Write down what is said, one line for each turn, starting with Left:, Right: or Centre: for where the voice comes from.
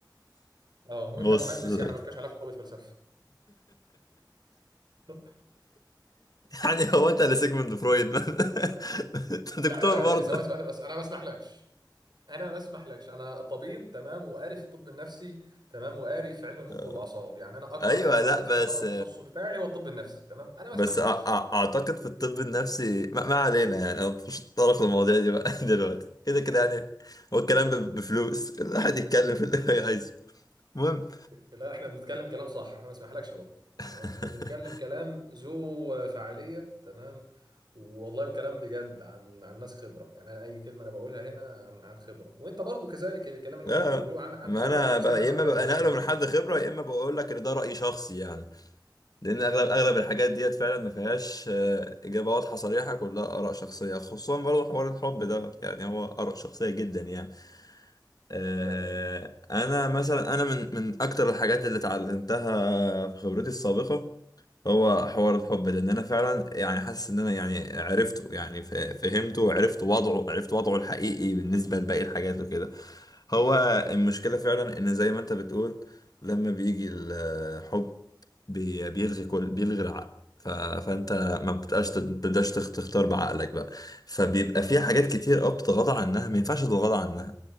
Right: اه
Left: <laughs>
Right: وانت
Left: بص
Right: مهندس
Left: <laughs>
Right: يعني مالكش علاقه بالفلسفه <laughs>
Left: يعني هو انت اللي سيجموند فرويد <laughs> انت دكتور
Right: لا عيب عليك
Left: برضه
Right: ثواني
Left: <laughs>
Right: ثواني بس انا ما اسمحلكش انا ما اسمحلكش انا طبيب تمام وقاري في الطب النفسي تمام وقاري في علم المخ
Left: آه.
Right: والاعصاب يعني انا اكتر
Left: ايوه
Right: حاجه انا قريت
Left: لا بس
Right: فيها بره التخصص بتاعي هو الطب النفسي تمام انا ما
Left: بس
Right: اسمحلكش
Left: أع- أع- اعتقد في الطب النفسي ما, ما علينا يعني انا مش هتطرق للمواضيع دي بقى <laughs> دلوقتي كده كده يعني هو الكلام ب- بفلوس <laughs> الواحد يتكلم في اللي هو عايزه المهم
Right: لا احنا بنتكلم كلام صح انا ما اسمحلكش برضه تمام
Left: <laughs>
Right: احنا بنتكلم كلام ذو فاعليه تمام والله كلام بجد عن عن ناس خبره يعني انا اي كلمه انا بقولها هنا عن عن خبره وانت برضه كذلك الكلام اللي
Left: لا
Right: انت بتقوله عن عن
Left: ما
Right: خبره
Left: انا
Right: ولذلك
Left: بقى
Right: انا
Left: يا
Right: بحترمه
Left: اما ببقى
Right: الصراحه
Left: نقله من حد خبره يا اما بقول لك ان ده راي شخصي يعني لان اغلب
Right: تمام
Left: اغلب
Right: زي الفل
Left: الحاجات ديت فعلا ما فيهاش آه، اجابه واضحه صريحه كلها اراء شخصيه خصوصا برضه حوار الحب ده يعني هو اراء شخصيه جدا يعني آه،
Right: فعلا
Left: انا مثلا انا من من اكتر الحاجات اللي اتعلمتها في خبرتي السابقه هو حوار الحب ده ان انا فعلا يعني حاسس ان انا يعني عرفته يعني فا- فهمته وعرفت وضعه عرفت وضعه الحقيقي بالنسبه لباقي الحاجات وكده هو المشكله فعلا ان زي ما انت بتقول لما بيجي الحب بي- بيلغي كل بيلغي العقل ف... فانت ما بتبقاش ما بتبقاش تخ- تختار بعقلك بقى فبيبقى في حاجات كتير قوي بتتغاضى عنها ما ينفعش تتغاضى عنها